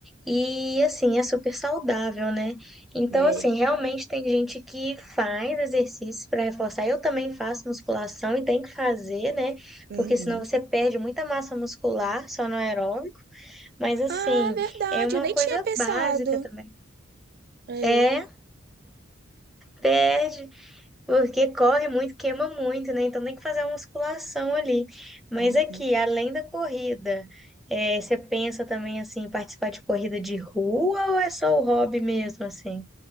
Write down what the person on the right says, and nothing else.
né?
Uhum.
Ah, verdade,
eu nem
tinha pensado.
É.
Uhum.